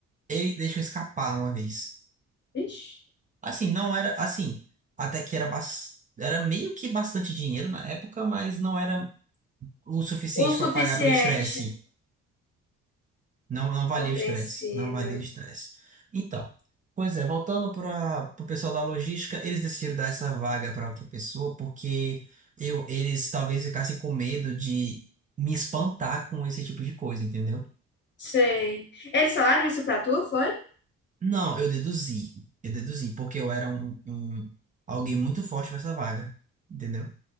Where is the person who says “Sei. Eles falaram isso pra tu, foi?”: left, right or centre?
Left